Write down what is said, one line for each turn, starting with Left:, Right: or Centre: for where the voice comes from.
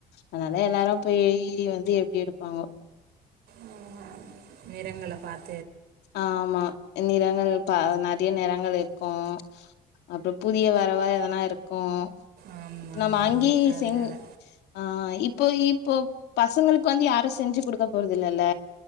Left: அதனால எல்லாரு போய் வந்து எப்டி எடுப்பாங்கோ
Right: ஆ நிறங்கள பாத்
Left: ஆமா நிறங்கள் பா நெறய நிறங்கள் இருக்கோ அப்றோ புதிய வரவா எதுனா இருக்கு
Right: ஆமாங்க
Left: இப்ப நம்ப அங்கியே
Right: அதனால்
Left: சென் ஆ இப்போ இப்போ பசங்ளுக்கு வந்து யாரு செஞ்சு குடுக்க போறதுஇல்லல